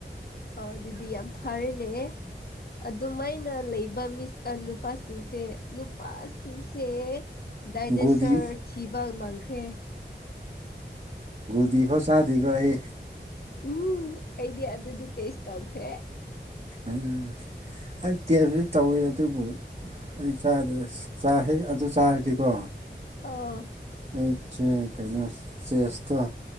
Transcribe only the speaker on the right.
ꯒꯣꯂꯤ
ꯗꯤ ꯐꯣ ꯆꯥꯗꯤꯒ ꯑꯩ
ꯎꯝ ꯑꯩ ꯇꯦꯕꯁꯨ ꯇꯧꯋꯦ ꯑꯗꯨꯕꯨ ꯑꯩ ꯆꯥꯗꯔ꯭ꯦ ꯆꯥ ꯍꯦ ꯑꯗꯨ ꯆꯥꯔꯗꯤꯀꯣ
ꯑꯩꯁꯦ ꯀꯩꯅꯣ ꯆꯦꯁꯇ